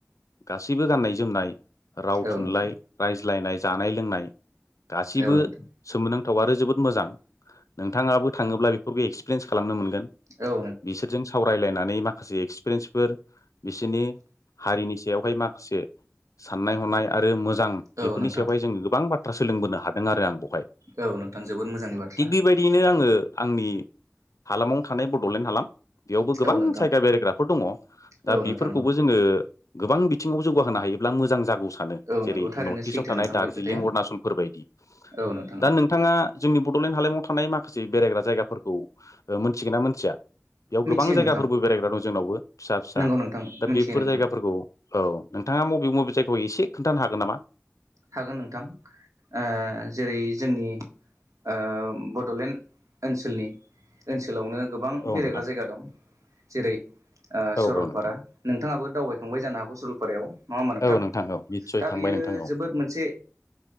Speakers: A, on the left; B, on the right.
A: गासैबो गाननाय जोमनाय राव
B: औ
A: थुनलाइ
B: नोंथां
A: रायज्लायनाय जानाय, लोंनाय गासिबो
B: औ नोंथां
A: सोमोनांथाव आरो जोबोद मोजां नोंथाङाबो थाङोब्ला बेखौ बे एक्स पिरेन्स खालामनो मोनगोन
B: औ
A: बिसोरजों सावरायलायना नै माखासे एक्सपिरेन्स फोर बिसोरनि हारिनि सायावहाय माखासे साननाय हनाय आरो मोजां बेफोरनि
B: औ नोंथां
A: सायावहाय जों गोबां बाथ्रा सोलोंबोनो हादों आरो आं बाव हाय
B: औ नोंथां जोबोद मोजांनि बाथ्रा
A: थिक बेबायदियैनो आङो आंनि हालामावनो थानाय बड'लेण्ड हालाम बेयावबो गोबां
B: औ नोंथां
A: जायगा बेरायग्राफोर दङ' दा
B: औ
A: बिफोरखौबो
B: नोंथां औ
A: जोङो गोबां बिथिङावबो जौगाहोनो हायोब्ला मोजां जागौ सानो
B: औ
A: जेरै
B: नोंगौ थारैनो
A: नर्थ
B: सैथो
A: इस्टआव थानाय
B: नोंथां
A: दार्जिलिं
B: बे खोथाया
A: अरुणाचलफोर बायदि,
B: औ नोंथां
A: दा
B: औ
A: नोंथाङा जोंनि बड'लेण्ड हालामाव थानाय माखासे बेरायग्रा जायगाफोरखौ ओ मोनथिगोन ना मोनथिया? बेयाव
B: मिथियो
A: गोबां जायगाफोरबो
B: नोंथां
A: बेरायग्रा दं जोंनावबो फिसा-फिसा
B: नंगौ नोंथां
A: दा
B: मिथियो
A: बेफोर
B: नोंथां
A: जायगाफोरखौ औ नोंथाङा मबे-मबे जायगायाव एसे खोन्थानो हागोन नामा?
B: हागोन नोंथां ओ जेरै जोंनि ओ बड'लेण्ड ओनसोलनि ओनसोलावनो गोबां
A: औ
B: बेरायग्रा
A: नोंथां
B: जायगा दं जेरै
A: औ
B: सरलपारा
A: नोंथां
B: नोंथाङाबो दावबायखांबाय जानो हागौ सरलपारायाव नङा होमबा नोंथां?
A: औ औ निस्सय
B: दा
A: थांबाय
B: बियो
A: नोंथां औ
B: जे